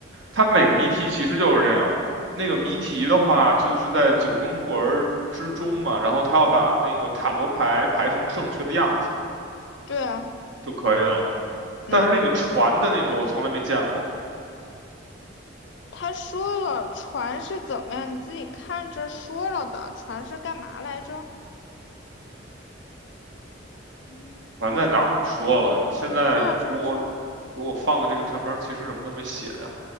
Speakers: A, on the right; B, on the left.
A: 它每个谜题其实就是这样。那个谜题的话，就是在九宫格儿之中嘛，然后他要把那个塔罗牌排成正确的样子
B: 对啊，
A: 就可以了。
B: 嗯，
A: 但是那个船的那个我从来没见过，
B: 他说了船是怎么样，你自己看着说了的，船是干嘛来着？嗯，
A: 船在哪儿？说了，你现在给我
B: 这儿这儿这儿
A: 给我放的这个上边儿其实什么都没写呀。